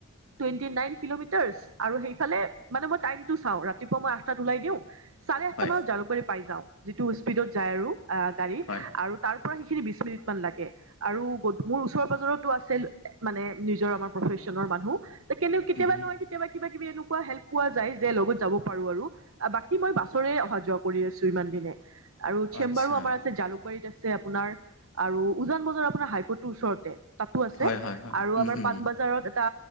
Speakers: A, on the right; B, on the left.
A: টুৱেণ্টি নাইন কিলোমিটাৰচ আৰু সেইফালে মানে মই টাইমটো চাওঁ, ৰাতিপুৱা মই আঠটাত ওলাই দিওঁ। চাৰে আঠটা
B: হয়,
A: মানত জালুকবাৰী পাই যাওঁ, যিটো স্পীডত যায় আৰু আ গাড়ী
B: হয়,
A: আৰু তাৰ পৰা সেইখিনি বিশ মিনিটমান লাগে। আৰু গ মোৰ ওচৰে পাজৰে তো আছিল, মানে নিজৰ আমাৰ প্ৰফেচনৰ মানুহ। সেইকাৰণেও কেতিয়াবা
B: উম,
A: নহয়, কেতিয়াবা কিবাকিবি এনেকুৱা হেল্প পোৱা যায় যে, লগত যাব পাৰো আৰু। বাকী মই বাছৰে অহা যোৱা কৰি আছো ইমান দিনে আৰু চেম্বাৰো
B: আচ্ছা।
A: আমাৰ আছে জালুক জালুকবাৰীত আছে আপোনাৰ আৰু উজান বজাৰ আপোনাৰ হাইকৰ্টটোৰ ওচৰতে। তাতো আছে,
B: হয়, হয়, হয়,
A: আৰু
B: উম,
A: আমাৰ
B: হুম,
A: পাণবজাৰত এটা